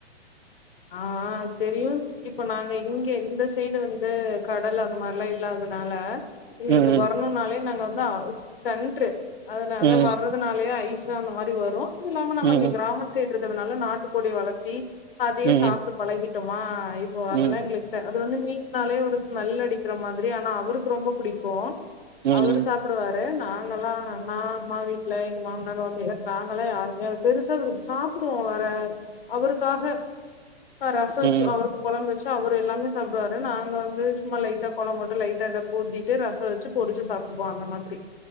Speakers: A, on the left (about 55°); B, on the right (about 85°).
A: ஆஹ் ஆ தெரியு இப்ப நாங்க இங்க இந்த சைடு வந்து கடல் அந்த மாரிலா இல்லாதனால எங்குளுக்கு
B: ம்
A: வர்ணுன்னாலே நாங்க நா சென்ட்ரு அதனால
B: ம்
A: வர்றதுனாலயே ஐஸ் த்து அந்த மாரி வரு அதுஇல்லாம நாம்ம
B: ம்
A: இங்க கிராம <unintelligible> ட்ருக்கதுனால நாட்டுக்கோழி வளத்தி அதையே
B: ம்
A: சாப்ட்டு பழகி ட்டொமா இப்போ அதல்லா
B: ம்
A: எங்குளுக் ச அது வந்து மீ ன்னாலே ஒரு ஸ்மெல் அடிக்கிற மாதிரி ஆனா அவுருக் கு ரொம்ப புடிக்கு
B: ம்
A: அவுரு சாப்புடுவா ரு நாங்கல்லா நா அம்மா வீட்ல எங்க மாமனார் மாமியார் நாங்க எல்லா யாருமே அத பெருசா விரும் சாப்புடுவோ அவர அவுருக்காக அ ரச வெச்சு
B: ம்
A: அவுருக் கொழம்ப வெச்சு அவுரு எல்லாமே சாப்டுவாரு நாங்க வந்து சும்மா லைட்டா கொழம் மட்டு லைட்டா எதக் ஊத்திட்டு ரசோ வெச்சு பொறிச்சு சாப்டுக்குவோ அந்த மாதிரி